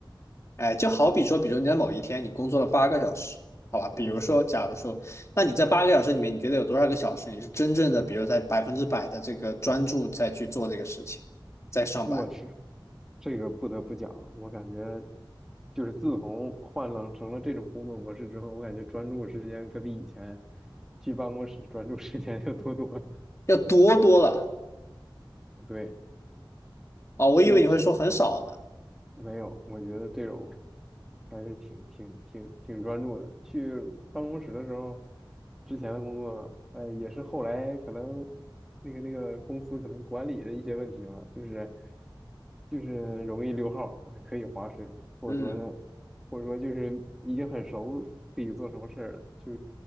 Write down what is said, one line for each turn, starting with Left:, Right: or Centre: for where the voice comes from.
Left: 哎，就好比说，比如你在某一天你工作了八个小时，好吧？比如说，
Centre: 嗯，
Left: 假如说，那你在八个小时里面，你觉得有多少个小时你是真正的，比如在百分之百的这个专注在去做这个事情，在上班，
Centre: 我去。这个不得不讲，我感觉就是自从换了成了这种工作模式之后，我感觉专注时间可比以前去办公室专注时间要多多了。
Left: 要多多了
Centre: 对，
Left: 啊，我以为你会说很少呢，
Centre: 去去没有，我觉得这种还是挺挺挺挺专注的。去办公室的时候，之前的工作，呃，也是后来可能那个那个公司可能管理的一些问题吧，就是就是容易溜号儿可以划水，或者说或者说就是已经很熟自己做什么事儿了，
Left: 嗯，
Centre: 就